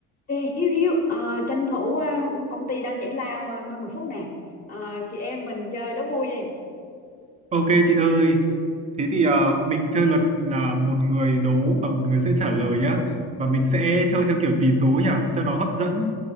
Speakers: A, on the left (about 25°); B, on the right (about 20°).
A: Ê, Hiếu Hiếu à, tranh thủ à, công ty đang giải lao ờ, năm mười phút nè à, chị em mình chơi đố vui đi
B: Ok chị ơi, thế thì ờ, mình chơi luật là một người đố và một người sẽ trả lời nhá. Và mình sẽ chơi theo kiểu tỷ số nhỉ, cho nó hấp dẫn.